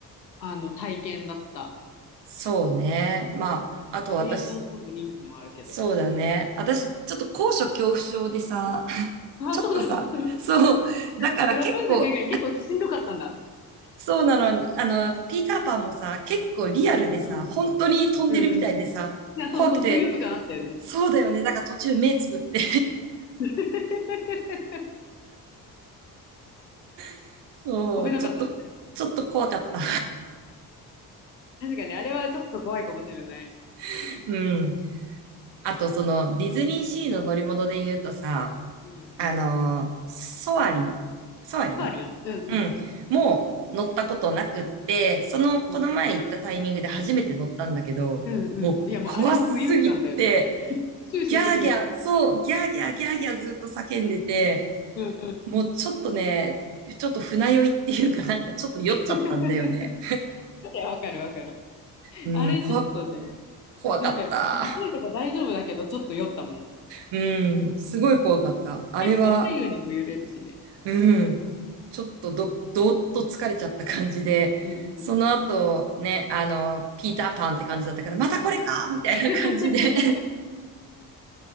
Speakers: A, on the left; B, on the right.
A: あの、体験だった。
B: そうね。まあ、あと私、
A: 映像とのリンクもあるけど。
B: そうだね。私、ちょっと高所恐怖症でさ、<laughs>
A: あ、
B: ちょっとさ、
A: そうだ。
B: そう、だから結構、
A: <laughs> ラプンツェル以外結構しんどかったんだ。
B: そうなの、あの、ピーターパンもさ、結構リアルでさ、
A: うんうん。
B: 本当に飛んでるみたいでさ、
A: うんうん。いや、
B: 怖くて、
A: そうそう、浮遊感あったよね。
B: そうだよね。だから途中目つぶって、
A: <laughs>
B: <laughs> そう、
A: 飛べなかったんだね。
B: ちょっと、ちょっと怖かった。
A: 確かに、あれはちょっと怖いかもしれない。
B: <laughs> うん。あと、その、ディズニーシーの乗り物で言うとさ、
A: うんうん。
B: あのーソアリソアリン
A: ソアリン。うんうんうん。
B: うん。もう乗ったことなくって、その、この前行ったタイミングで初めて乗ったんだけど、
A: うんうんうん。
B: もう怖すぎて、
A: いや、もうあれも浮遊感だよね。<laughs> 終始浮遊感。
B: ギャーギャー、そう、ギャーギャー、ギャーギャーずっと叫んでて、
A: うんうん。
B: もうちょっとね、ちょっと船酔いっていうかなんかちょっと酔っちゃったんだよね。
A: いや、わかるわかる。
B: うん、
A: あれちょっとね、
B: 怖、怖かった。
A: なんか、高いとこ大丈夫だけど、ちょっと酔ったもん。
B: うん、すごい怖かった。あれは、
A: 結構左右にも揺れるしね。
B: うん。ちょっとど、どーっと疲れちゃった感じで、
A: うんうん。
B: その後ね、あの、ピーターパンって感じだったから、またこれかみたいな感じで
A: <laughs>